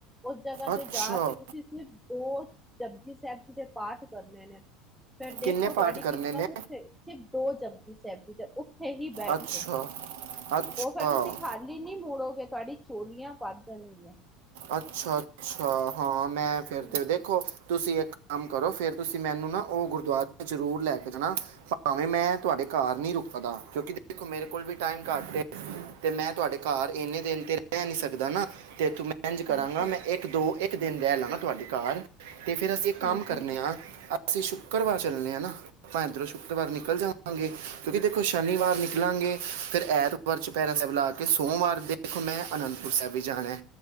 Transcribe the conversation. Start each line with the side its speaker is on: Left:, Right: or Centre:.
Centre: ਉਸ ਜਗ੍ਹਾ
Right: ਅੱਛਾ
Centre: ਤੇ ਜਾ ਕੇ ਤੁਸੀਂ ਦੋ ਜਪਜੀ ਸੈਬ ਜੀ ਦੇ ਪਾਠ ਕਰਨੇ ਨੇ ਫੇਰ ਦੇਖੋ
Right: ਕਿੰਨੇ
Centre: ਤੁਹਾਡੀ
Right: ਪਾਠ
Centre: ਕਿਸਮਤ
Right: ਕਰਨੇ ਨੇ
Centre: ਸਿਫ ਦੋ ਜਬਜੀ ਸੈਬ ਜ਼ੀ ਦੇ ਉੱਥੇ ਹੀ ਬੈਠ
Right: ਅੱਛਾ
Centre: ਕੇ
Right: ਅੱਛਾ
Centre: ਓ ਫੇਰ ਤੁਸੀਂ ਖਾ ਲੀ ਨੀ ਮੁੋੜੋਗੇ ਤੁਹਾਡੀ ਚੋਲੀਆਂ ਭਰ ਜਾਣਗੀਆਂ।
Right: ਅੱਛਾ-ਅੱਛਾ ਹਾਂ ਮੈਂ ਫੇਰ
Centre: ਹਮ
Right: ਤੇ ਦੇਖੋ ਤੁਸੀਂ ਇੱਕ ਕੰਮ ਕਰੋ ਫੇਰ ਤੁਸੀਂ ਮੈਨੂੰ ਨਾ ਓ ਗੁਰਦੁਆਰੇ ਜ਼ਰੂਰ ਲੈ ਕੇ ਜਾਣਾ ਭਾਵੇਂ ਮੈਂ ਤੁਹਾਡੇ ਘਰ ਨੀ ਰੁਕਦਾ ਕਿਉਂਕੀ ਦੇਖੋ ਮੇਰੇ ਕੋਲ ਵੀ ਟਾਈਮ ਘੱਟ ਏ ਤੇ ਮੈਂ ਤੁਹਾਡੇ ਘਰ ਇੰਨੇ ਦਿਨ ਤੇ ਰੈ ਨੀ ਸਕਦਾ ਨਾ ਤੇ ਤੂੰ ਮੈ ਐਂਜ ਕਰਾਂਗਾ
Centre: ਹਾਂਜੀ ਹਾਂਜੀ
Right: ਮੈਂ ਏ ਕ ਦੋ ਇੱਕ ਦਿਨ ਰੈ ਲੈਣਾ ਤੁਹਾਡੇ ਘਰ ਤੇ ਫੇਰ ਅਸੀਂ
Centre: ਹਾਂਜੀ
Right: ਇੱਕ ਕੰਮ ਕਰਨੇ
Centre: ਹਾਂਜੀ
Right: ਆ ਅਸੀਂ ਸ਼ੁੱਕਰਵਾਰ ਚੱਲੇਨੇ ਆ ਨਾ। ਆਪਾਂ ਇੱਧਰੋਂ ਸ਼ੁੱਕਰਵਾਰ ਨਿਕਲ ਜਾਵਾਂਗੇ ਕਿਉਂਕੀ ਦੇਖੋ ਸ਼ਨੀਵਾਰ ਨਿਕਲਾਂਗੇ ਫੇਰ ਐਤ ਕ ਚਪੈਰਾ ਸੈਬ ਲਾ ਕੇ ਸੋਮਵਾਰ ਦੇਖੋ ਮੈਂ ਅਨੰਦਪੁਰ ਸਾਇਬ ਵੀ ਜਾਣਾ।